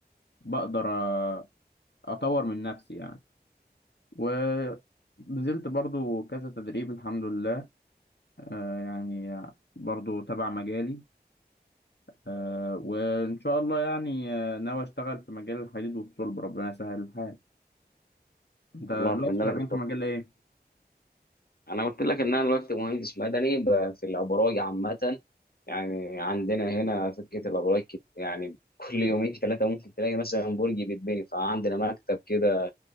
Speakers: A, on the left; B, on the left.
A: بقدر آه، اطور من نفسي يعني و نزلت برضو كذا تدريب الحمد لله آه، يعني برضو تبع مجالي آه، وإن شاء الله يعني آه، ناوي أشتغل في مجال الحديد والصلب ربنا يسهل الحال أنت
B: والله
A: دلوقتي
B: اتمنى
A: شغال
B: لك التوفيق
A: في مجال إيه؟
B: انا قلت لك ان انا دلوقتي مهندس مدني ب- في الابراج عامه يعني عندنا هنا فكره الابراج كت- يعني كل يومين ثلاثه ممكن تلاقي مثلا برج بيتبني فعندنا مكتب كده